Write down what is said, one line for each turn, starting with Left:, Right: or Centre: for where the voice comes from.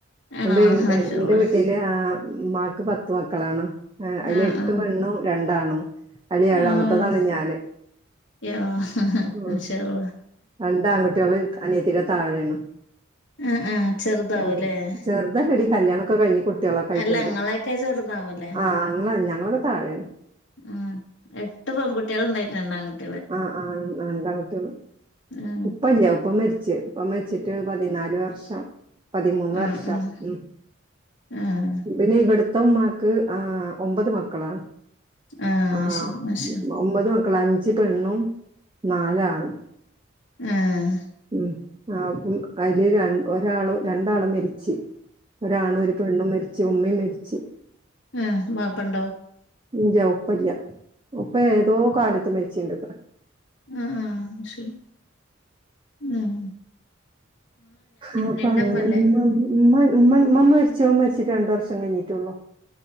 Left: ആണോ
Right: എന്റെ
Left: മാഷാ
Right: എന്റെ
Left: അല്ലാഹ്
Right: വീട്ടില് ആ ഉ്മാക്ക് പത്ത് മക്കളാണ് അതില
Left: ആഹ്
Right: എട്ടു
Left: ആഹ്
Right: പെണ്ണും രണ്ടാണ്ണും അലി ഏഴാമത്തതാണ്
Left: ആഹ്
Right: ഞാാന്
Left: യാ
Right: ഉ
Left: മാഷാ അല്ലാഹ്
Right: രണ്ട് ആൺകുട്ടികൾ അനിയത്തി താഴേണ്
Left: ആഹ് ആഹ് ചെറുതാവുംല്ലേ
Right: ഉം ചെറുതല്ലടികല്യാണൊക്കെ
Left: ആഹ്
Right: കഴിഞ്ഞ് കുട്ടികളൊക്കെ ആയിട്ടുണ്ട്.
Left: അല്ല ഇങ്ങളൊക്കെ ചെറുതാവുംല്ലേ
Right: ആഹ നിങ്ങ ഞങ്ങളൊക്കെ താഴെയാണ്
Left: ഉ എട്ട് പെൺകുട്ടികളും ഉണ്ടായിരുന്നു രണ്ടാംകുട്ടി
Right: ആഹ ആഹ ഉണ്ടാട്ട
Left: ആഹ്
Right: ഉപ്പല്ല ഉപ്പ മരിച്ച് ഇപ്പം മാരിച്ചിട്ട് പതിനാല് വർഷം പതിമൂന്ന്
Left: ആഹ്
Right: വർഷം
Left: ആഹ്
Right: ഉ
Left: ആഹ്
Right: പിന്നെ ഇവിടുത്തെ ഉമ്മാക്ക് ആ ഒമ്പത് മക്കളാണ്
Left: ആഹ
Right: ആഹ്
Left: ശ അശ
Right: ഒമ്പത് മക്കള് അഞ്ച് പെണ്ണും നാല് ആണും
Left: അല്ലാഹ്
Right: ഉം അതില് ര ഒരാള് രണ്ടാള് മരിച്ച് ഒരാണ് ഒരു പെണ്ണും മരിച്ച് മരിച് ഉമ്മീം മരിച്ചു
Left: ആ വാപ്പണ്ടോ
Right: ഇല്ല ഉപ്പല്ല ഉപ്പ ഏതോ കാലത്ത് മരിച്ചിട്ട്ത്രെ
Left: ആഹ ആഹ ശരി ആഹ
Right: ആപ്പ
Left: നിന്റെമ്മല്ലേ
Right: <unintelligible> ഉമ്മ ഉ മമ്മ മരിച്ചു അമ്മ മരിച്ചിട്ട രണ്ട വർഷം കഴിഞ്ഞിട്ടുള്ളു